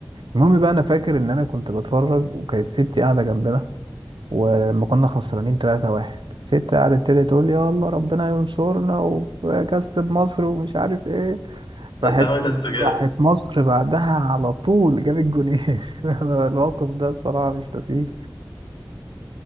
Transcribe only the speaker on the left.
آه،
دعوة استجابة